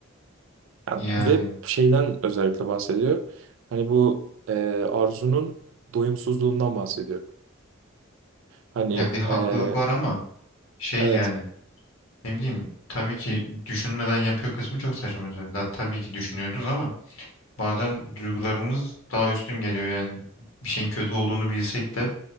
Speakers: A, on the right (about 65°); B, on the left (about 80°).
A: Yani
B: Yani
A: ve şeyden özellikle bahsediyor. Hani bu e, arzunun doyumsuzluğundan bahsediyor. Hani
B: ya bir haklılık
A: e,
B: var ama şey
A: evet.
B: yani Ne bileyim tabii ki düşünmeden yapıyor kısmı çok saçma. mesela. Da- Tabii ki düşünüyoruz ama bazen duygularımız daha üstün geliyor. Yani bir şeyin kötü olduğunu bilsek de